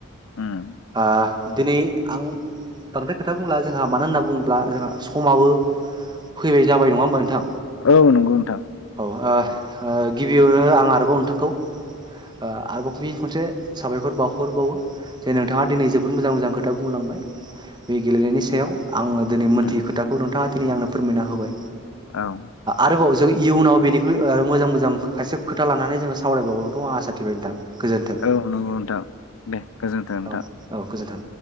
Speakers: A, on the left; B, on the right.
A: उम
B: औ दिनै आं बांद्राय खोथा बुंला जोंहा मानो होनना बुङोब्ला जोंहा समाबो फैबाय जाबाय नङा होमबा नोंथां
A: औ नंगौ नोंथां
B: औ ओ ओ गिबियावनो आं आरोबाव नोंथांखौ ओ आरोबाव फिनखनसे साबायखर बावहरबावो जे नोंथाङा दिनै जोबोद मोजां मोजां खोथा बुंलांबाय बे गेलेनायनि सायाव आङो दिनै मोनथियै
A: उम
B: खोथाखौ नोंथाङा दिनै आंनो फोरमायना होबाय
A: औ
B: आरोबाव जै इयुनाव बेनिख्रुइ ओ मोजां मोजां खायसे खोथा लानानै जोङो सावरायबावगोनखौ आं आसा थिबाय नोंथां गोजोन्थों
A: औ नंगौ नोंथां दे गोजोन्थों नोंथां
B: औ औ गोजोन्थों